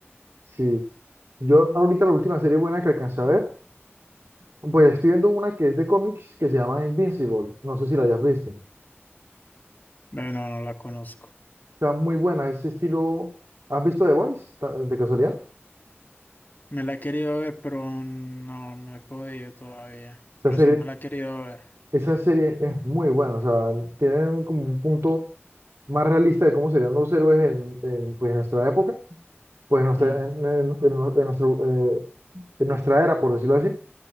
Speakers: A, on the right; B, on the left.
A: Sí. Yo ahorita la última serie buena que alcancé a ver. Pues estoy viendo una que es de cómics que se llama Invincible. No sé si la hayas visto.
B: Bueno, no la conozco.
A: Está muy buena, ese estilo. ¿Has visto The Voice ta- de casualidad?
B: Me la he querido ver, pero no, no he podido todavía.
A: Esa
B: Pero
A: serie,
B: sí me la he querido ver.
A: esa serie es muy buena. O sea, tienen como un punto más realista de cómo serían los héroes en, en, pues, en nuestra época, pues en nuestra,
B: Mm.
A: en, en- en- en nuestro, eh, en nuestra era, por decirlo así.